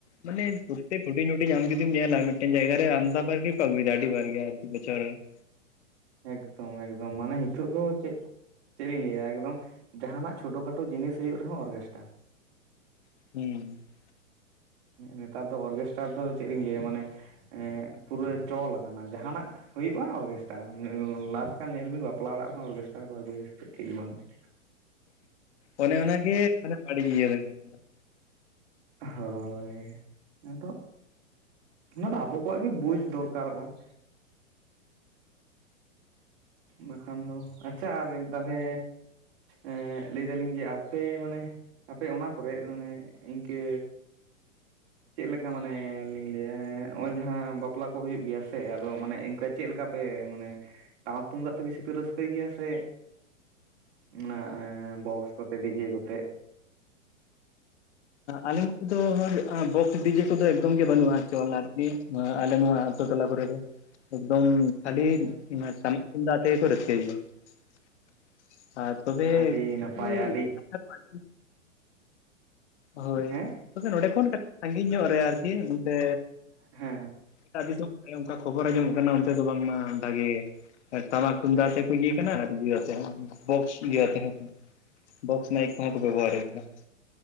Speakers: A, on the left (about 60°); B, on the right (about 55°).
A: ᱢᱟᱱᱮ ᱯᱚᱛᱛᱮᱠ ᱦᱩᱰᱤᱧ ᱦᱩᱰᱤᱧ ᱟᱢ ᱡᱩᱫᱤᱢ ᱧᱮᱞᱟ ᱢᱮᱫᱴᱮᱱ ᱡᱟᱭᱜᱟ ᱨᱮ ᱟᱢᱫᱟ ᱵᱟᱨ ᱜᱮᱠᱚ ᱟᱜᱩᱭᱮᱫᱟ ᱟᱹᱰᱤ ᱵᱟᱨ ᱜᱮ ᱟᱨᱠᱤ ᱵᱚᱪᱷᱚᱨ ᱨᱮ ᱾
B: ᱮᱠᱫᱚᱢ ᱮᱠᱫᱚᱢ ᱢᱟᱱᱮ ᱱᱤᱛᱚᱜ ᱫᱚ ᱪᱮᱫ ᱪᱮᱫ ᱤᱧ ᱞᱟᱹᱭᱟ ᱮᱠᱫᱚᱢ ᱡᱟᱦᱟᱱᱟᱜ ᱪᱷᱳᱴᱳ ᱠᱷᱟᱴᱳ ᱡᱤᱱᱤᱥ ᱦᱩᱭᱩᱜ ᱨᱮᱦᱚᱸ ᱚᱨᱜᱮᱥᱴᱟᱨ ᱾
A: ᱦᱩᱸ ᱾
B: ᱱᱮᱛᱟᱨ ᱫᱚ ᱚᱨᱜᱮᱥᱴᱟᱨ ᱫᱚ ᱪᱮᱫ ᱤᱧ ᱞᱟᱹᱭᱟ ᱢᱟᱱᱮ ᱮᱸᱜ ᱯᱩᱨᱟᱹ ᱪᱚᱞ ᱠᱟᱱᱟ ᱡᱟᱦᱱᱟᱜ ᱦᱩᱭᱩᱜᱼᱟ ᱚᱨᱜᱮᱥᱴᱟᱨ, ᱞᱟᱥᱴ ᱨᱮ ᱧᱮᱞ ᱵᱤᱱ ᱵᱟᱯᱞᱟ ᱚᱲᱟᱜ ᱨᱮᱦᱚᱸ ᱚᱨᱜᱮᱥᱴᱟᱨ ᱠᱚ ᱟᱹᱜᱩᱭᱟ ᱴᱷᱤᱠ ᱵᱟᱹᱱᱩᱜᱼᱟ ᱾
A: ᱚᱱᱮ ᱚᱱᱟ ᱜᱮ ᱢᱟᱱᱮ ᱵᱟᱹᱲᱤᱡ ᱤᱭᱟᱹ ᱟᱞᱮ ᱚᱱᱛᱮ ᱫᱚ ᱾
B: ᱦᱳᱭ, ᱟᱫᱚ ᱚᱱᱟ ᱫᱚ ᱟᱵᱚ ᱠᱚᱣᱟᱜ ᱜᱮ ᱵᱩᱡᱽ ᱫᱚᱨᱠᱟᱨᱚᱜᱼᱟ ᱾ ᱵᱟᱠᱷᱟᱱ ᱫᱚ ᱟᱪᱪᱷᱟ ᱟᱨ ᱛᱟᱦᱚᱞᱮ ᱮᱸᱜ ᱞᱟᱹᱭ ᱫᱟᱞᱤᱧ ᱡᱮ ᱟᱯᱮ ᱢᱟᱱᱮ ᱟᱯᱮ ᱚᱱᱟ ᱠᱚᱨᱮᱜ ᱢᱟᱱᱮ ᱤᱱᱠᱟᱹ ᱪᱮᱫ ᱞᱮᱠᱟ ᱢᱟᱱᱮ ᱞᱤᱧ ᱞᱟᱹᱭᱟ ᱱᱚᱜᱼᱚᱭ ᱡᱟᱦᱟᱸ ᱵᱟᱯᱞᱟ ᱠᱚ ᱦᱩᱭᱩᱜ ᱜᱮᱭᱟ ᱥᱮ ᱟᱫᱚ ᱢᱟᱱᱮ ᱤᱱᱠᱟᱹ ᱪᱮᱫ ᱞᱮᱠᱟ ᱯᱮ ᱢᱟᱱᱮ ᱴᱟᱢᱟᱠ ᱛᱩᱢᱫᱟᱜ ᱛᱮ ᱵᱮᱥᱤ ᱯᱮ ᱨᱟᱹᱥᱠᱟᱹᱭ ᱜᱮᱭᱟ ᱥᱮ ᱚᱱᱟ ᱵᱚᱠᱥ ᱠᱚᱛᱮ, ᱰᱤᱡᱮ ᱠᱚᱛᱮ?
A: ᱟᱞᱮ ᱱᱚᱛᱮ ᱫᱚ ᱵᱚᱠᱥ ᱰᱤᱡᱮ ᱠᱚᱫᱚ ᱮᱠᱫᱚᱢ ᱜᱮ ᱵᱟᱹᱱᱩᱜᱼᱟ ᱪᱚᱞ ᱟᱨᱠᱤ ᱱᱚᱣᱟ ᱟᱞᱮ ᱱᱚᱣᱟ ᱟᱛᱩ ᱴᱚᱞᱟ ᱠᱚ ᱨᱮᱫᱚ, ᱮᱠᱫᱚᱢ ᱡᱷᱟᱞᱤ
B: ᱟᱪᱪᱷᱟ
A: ᱚᱱᱟ ᱴᱟᱢᱟᱠ ᱛᱩᱢᱫᱟᱸᱜ ᱟᱛᱮᱫ ᱜᱮᱠᱚ ᱨᱟᱥᱠᱟᱹᱭ ᱜᱮᱭᱟ ᱾ ᱟᱨ ᱛᱚᱵᱮ
B: ᱟᱹᱰᱤ
A: <unintelligible>
B: ᱱᱟᱯᱟᱭ ᱟᱹᱰᱤ
A: ᱠᱟᱛᱷᱟ ᱠᱚ ᱟᱸᱡᱚᱢ ᱦᱳᱭ
B: ᱦᱮᱸ
A: ᱛᱚᱵᱮ ᱱᱚᱸᱰᱮ ᱠᱷᱚᱱ ᱠᱟᱹᱴᱤᱡ ᱥᱟᱜᱤᱧ ᱧᱚᱜ ᱨᱮ ᱟᱨᱠᱤ ᱚᱱᱛᱮ
B: ᱦᱮᱸ
A: ᱮᱴᱟᱜ ᱫᱤᱥᱚᱢ ᱠᱚᱨᱮ ᱚᱱᱠᱟ ᱠᱷᱚᱵᱚᱨ ᱟᱸᱡᱚᱢᱚᱜ ᱠᱟᱱᱟ ᱚᱱᱛᱮ ᱫᱚ ᱵᱟᱝᱢᱟ ᱵᱷᱟᱜᱮ ᱾ ᱟᱨ ᱴᱟᱢᱟᱠ ᱛᱩᱢᱫᱟᱜ ᱟᱛᱮ ᱠᱚ ᱤᱭᱟᱹ ᱠᱟᱱᱟ ᱟᱨ ᱤᱭᱟᱹ ᱟᱛᱮ ᱵᱚᱠᱥ ᱤᱭᱟᱹ ᱟᱛᱮ ᱦᱚᱸ ᱠᱚ ᱵᱚᱠᱥ ᱢᱟᱭᱤᱠ ᱠᱚᱦᱚᱸ ᱠᱚ
B: ᱦᱮᱸ
A: ᱵᱮᱵᱚᱦᱟᱨ ᱮᱫ ᱜᱮᱭᱟ ᱾